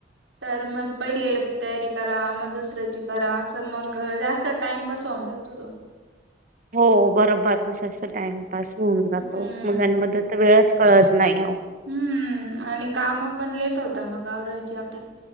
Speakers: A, on the right; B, on the right.
A: तर मग पहिले तयारी करा मग दुसऱ्याची करा असं मग जास्त टाइमपास होऊन जातो.
B: हो बरोबर दिवसा टाइमपास होऊन जातो
A: हम्म
B: मुलांमध्ये तर वेळच कळत नाही ओ
A: हम्म आणि काम पण लेट होत मग आवरायची आप